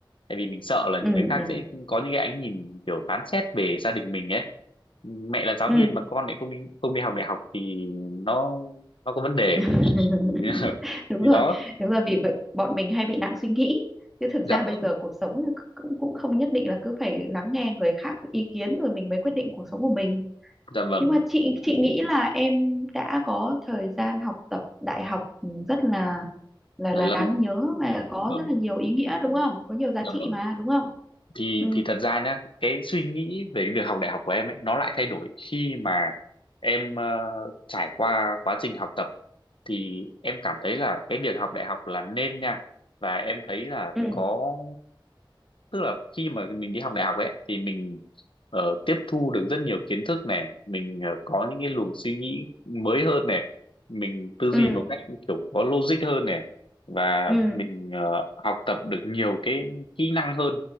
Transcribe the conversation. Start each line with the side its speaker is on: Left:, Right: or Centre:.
Left: tại vì mình sợ là
Centre: ừ
Left: người khác
Centre: ừ
Left: sẽ có những cái ánh nhìn kiểu phán xét về gia đình mình ấy mẹ là giáo
Centre: ừ
Left: viên mà con lại không đi không đi học đại học thì nó nó có vấn đề
Centre: <laughs>
Left: <laughs>
Centre: đúng rồi
Left: thì đó
Centre: đúng rồi vì vậy bọn mình hay bị nặng suy nghĩ chứ thực
Left: dạ
Centre: ra bây
Left: vâng
Centre: giờ cuộc sống cũng cũng không nhất định là cứ phải lắng nghe người khác ý kiến rồi mình mới quyết định cuộc sống của mình
Left: dạ vâng
Centre: nhưng mà chị chị nghĩ là em đã có thời gian học tập đại học ừ, rất là là
Left: là
Centre: là
Left: lâu
Centre: đáng nhớ và có
Left: vâng
Centre: rất là nhiều ý nghĩa đúng không có nhiều giá
Left: dạ
Centre: trị
Left: vâng
Centre: mà đúng không
Left: thì
Centre: ừ
Left: thì thật ra nhá cái suy nghĩ về cái việc học đại học của em ấy nó lại thay đổi khi mà em ờ, trải qua quá trình học tập thì em cảm thấy là cái việc học đại học là nên nha và em thấy là
Centre: ừ
Left: có tức là khi mà mình đi học đại học ấy thì mình ờ, tiếp thu được rất nhiều kiến thức này mình ờ, có những cái luồng suy nghĩ mới hơn này mình tư duy
Centre: ừ
Left: một cách kiểu có logic hơn này và
Centre: ừ
Left: mình ờ, học tập được nhiều cái kỹ năng hơn